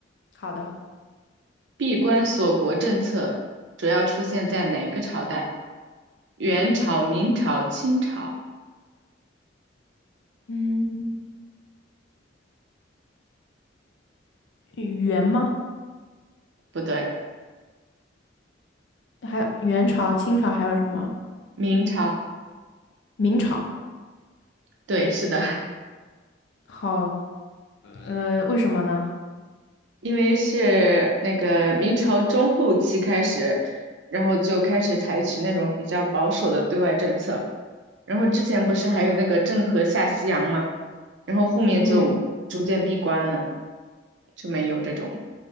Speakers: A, on the left; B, on the right.
A: 好的，
B: 闭关锁国政策主要出现在哪个朝代？元朝、明朝、清朝？
A: 嗯，元吗？
B: 不对，
A: 还有元朝、清朝还有什么？
B: 明朝。
A: 明朝。
B: 对，是的，<laughs>
A: 好，呃，为什么呢？
B: 因为是那个明朝中后期开始，然后就开始采取那种比较保守的对外政策。然后之前不是还有那个郑和下西洋吗？然后后面就逐渐闭关了，
A: 嗯。
B: 就没有这种。